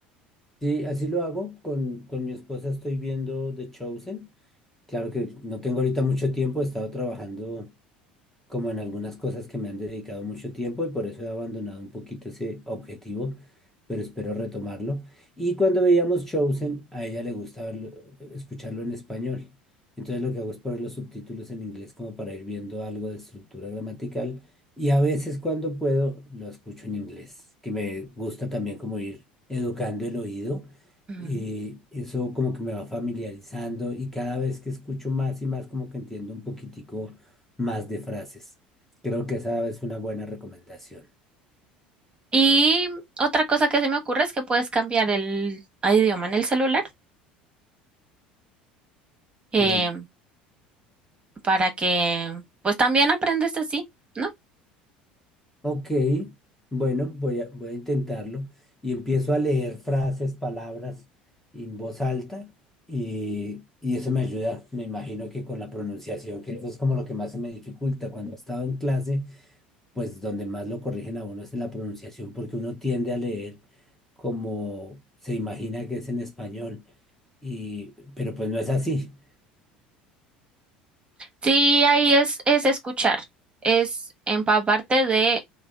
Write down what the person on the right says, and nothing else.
Mm.
Y otra cosa que se me ocurre es que puedes cambiar el a idioma en el celular. Eh,
para que pues también aprendes así, ¿no?
Sí, ahí es, es escuchar, es empaparte de